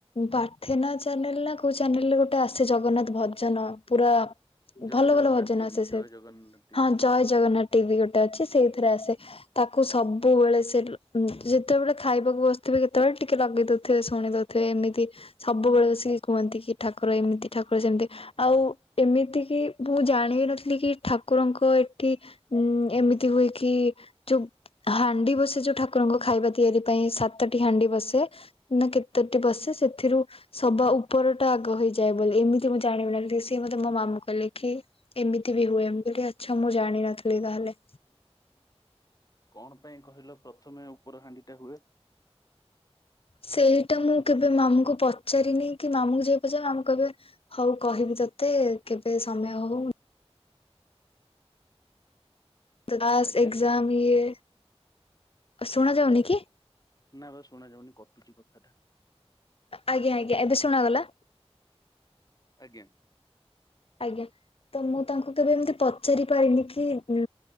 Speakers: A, on the left; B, on the left.
A: ପାଠେନା ଚ୍ୟାନେଲ। କୋଉ ଚାେଲରେ ଗୋଟେ ଆସେ ଜଗନ୍ନାଥ ଭଜନ ପୁରା
B: ଜୟ
A: ଭଲ
B: ଜଗନ୍ନାଥ
A: ଭଲ ଭଜନ
B: ଟିଭି
A: ଆସେ
B: ଜୟ
A: ସେ।
B: ଜଗନ୍ନାଥ ଟିଭି
A: ହଁ ଜୟ ଜଗନ୍ନାଥ ଟିଭି ଗୋଟେ ଅଛି ସେଇଥିରେ
B: ହୁଁ ହୁଁ
A: ଆସେ ତାକୁ ସବୁ ସବୁବେଳେ ସେ ଯେତେବେଳେ ଖାଇବାକୁ ବସିଥିବେ କେତେବେଳେ ଟିକେ ଲଗେଇଦଉଥିବେ ଶୁଣି ଦେଉଥିବେ ଏମିତି ସବୁବେଳେ ବସିକି କୁହନ୍ତି କି ଠାକୁର ଏମିତି ଠାକୁର ସେମିତି ଆଉ ଏମିତି କି ମୁଁ ଜାଣ ଜାଣିିବ ନଥିଲି କି ଠାକୁରଙ୍କ ଏଠି ଉଁ ଏମିତି ହୁଏ କି ଯୋଉ ହାଣ୍ଡି ବସି ଯୋଉ ଠାକୁରଙ୍କୁ ଖାଇବା। ତିଆରି ପାଇଁ ସାତଟି ହାଣ୍ଡି ବସେ ନା କେତୋଟି
B: ହୁଁ।
A: ବସେ ଏଥିରୁ ସବା ଉପରଟା ଆଗ ହେଇଯାଏ ବୋଲି ଏମିତି ମୁଁ ଜାଣିବି ନା ସେ ମତେ ମୋ ମାମୁ କହିଲେ କି ଏମିତି ବି ହୁଏ ଏମିତି ଆଚ୍ଛା ମୁଁ ଜାଣିନଥିଲି ତାହେଲେ।
B: କଣ ପାଇଁ କହିଲ ପ୍ରଥମେ ଉପରହାାଣ୍ଡିଟା ହୁଏ।
A: ସେଇଟା ମୁଁ କେବେ ମାମୁଙ୍କୁ ପଚାରିନି କି ମାମୁଁଙ୍କୁ ଯାଇ ପଚାରିବି ମାମୁଁ କେବେ ହଉ କହିବି ତତେ। ମତେ କେବେ ସମୟ ହଉ। କ୍ଲାସ
B: ଆଜ୍ଞା
A: ଏକ୍ଜାମ ଇଏ ଶୁଣ ଯାଉନି କି?
B: ନା ବା ଶୁନାାଯାଉନ କଟୁଛି କଥାଟା।
A: ଆଜ୍ଞା ଆଜ୍ଞା ଏବେ ଶୁଣାଗଲା।
B: ଆଜ୍ଞ।
A: ଆଜ୍ଞା। ତ ମୁଁ ତାଙ୍କୁ କେବେ ଏମତି ପଚାରି ପାରିନି କି ଉ